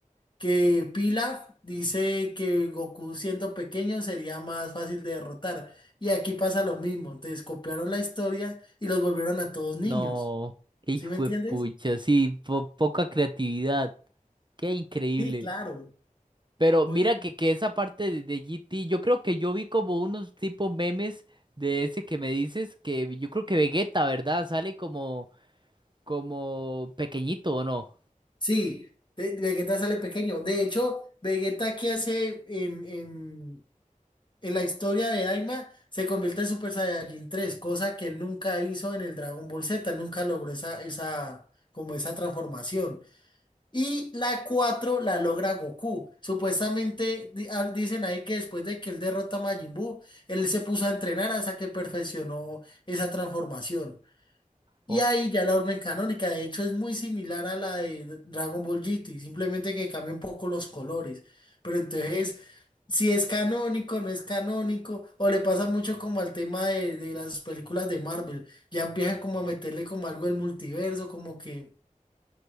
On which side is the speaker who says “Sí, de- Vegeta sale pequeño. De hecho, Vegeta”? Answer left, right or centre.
Left